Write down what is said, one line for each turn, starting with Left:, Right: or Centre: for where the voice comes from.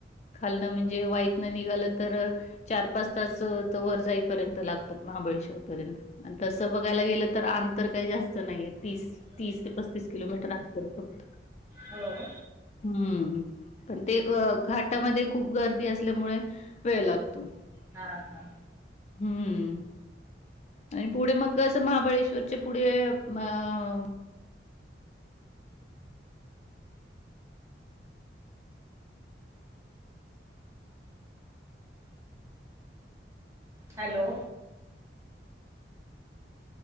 Left: खालन म्हणजे निघालं तर चार पाच तास वर जाईपर्यंत लागतात महाबळेश्वर पर्यंत आणि तसं बघायला गेलं तर आठ ंतर काही जास्त नाही तीस
Right: हम्म
Left: तीस ते पस्तीस किलोमीटर फक्त
Right: हो
Left: हम्म हम् पण ते घाटामध्ये खूप गर्दी असल्यामुळे वेळ लागतो
Right: हा हा
Left: हम्म आणि पुढे मग असं महाबळेश्वरचे पुढे अ
Right: हॅलो